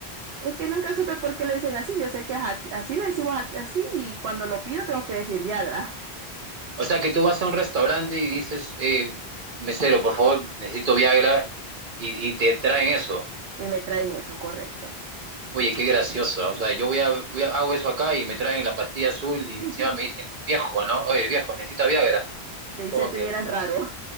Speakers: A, on the right (about 70°); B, on the right (about 50°).
A: es que nunca supe por qué le dicen así. Yo sé que es aquí- así le decimos aquí- así y cuando lo pido tengo que decir Viagra.
B: O sea que tú vas a un restaurante y dices, eh, mesero, por favor, necesito Viagra y, y te traen eso.
A: Y me traen eso, correcto.
B: Oye, qué gracioso. O sea, yo voy a, voy a- hago eso acá y me traen la pastilla azul
A: <laughs>
B: y encima me dicen, viejo, ¿no? Oye, viejo, necesita Viagra.
A: Te dicen,
B: ¿Cómo
A: te
B: que?
A: miran raro.